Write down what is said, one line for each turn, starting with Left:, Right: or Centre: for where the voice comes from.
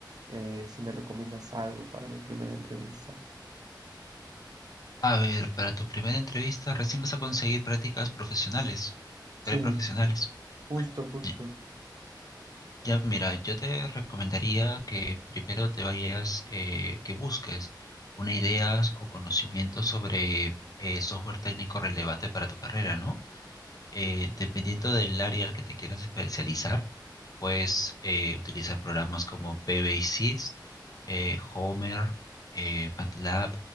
Right: eh, si me recomiendas algo para mi primera entrevista.
Left: A ver, para tu primera entrevista recién vas a conseguir prácticas profesionales,
Right: Sí,
Left: preprofesionales.
Right: justo, justo.
Left: Y- Ya, mira, yo te recomendaría que primero te vayas, eh, que busques una idea o conocimiento sobre eh, software técnico relevante para tu carrera, ¿no? eh, dependiendo del área al que te quieras especializar, puedes eh, utilizar programas como PBSys, eh, Homer, eh, MATLAB,